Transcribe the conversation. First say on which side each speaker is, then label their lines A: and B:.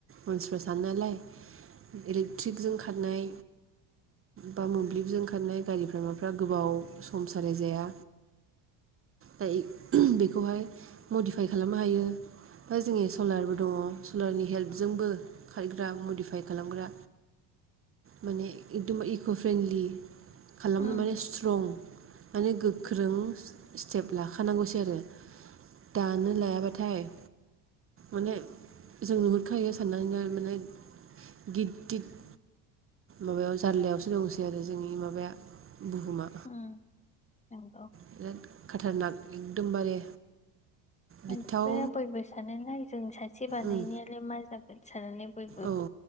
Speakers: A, on the right; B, on the left.
A: मानसिफ्रा सानो नालाय इलेक्ट्रिकजों खारनाय बा मोब्लिबजों खारनाय गारिफोरा माफ्रा गोबाव सम सालायजाया दायो बेखौहाय मडिफाय खालामनो हायो ओमफ्राय जोंनि सलारबो दङ सलारनि हेल्पजोंबो खारग्रा मडिफाइ खालामग्रा माने एकदम इक' फ्रेन्डलि खालामनो
B: उम
A: माने स्ट्रं माने गोख्रों स्टेप लाखानांगौसै आरो दानो लायाबाथाय माने जों नुहुरखायो साननानैनो माने गिदित माबायाव जारलायावसो दंसै आरो जोंनि माबाया बुहुमा
B: उम नंगौ
A: बिराद खाथारनाक एकदमबारे गिथाव
B: मानसिफोरा बयबो सानना नाय दों सासे बानायनायालाय
A: उम
B: मा जा साननानै बयबाबो
A: औ